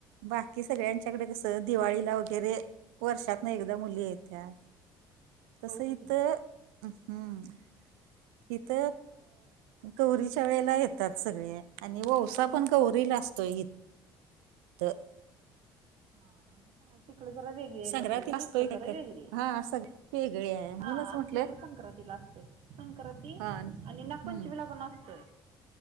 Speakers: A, on the right; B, on the right.
A: बाकी सगळ्यांच्याकडे कसं दिवाळीला वगैरे वर्षात न एकदा मुली येत्यात तसं
B: होयच
A: इथ
B: की.
A: हम् हिथ गौरीच्या वेळेला येतात सगळे आणि ओवसा
B: हा
A: पण गौ गौरी ला असतो इथ''
B: हा मग हा तिकडे जरा वेगळी आहे
A: संग्रहातील
B: पद्धत आणि
A: असतोय
B: इकड
A: काय
B: जरा
A: काय?
B: वेगळी
A: हा सग वेगळी आहे म्हणूनच
B: हा आमच्या
A: म्हटलं
B: इकड संक्रांत. ला असतोय संक्रांती
A: हा हम्म.
B: आणि नागपंचमीला पण असतोय.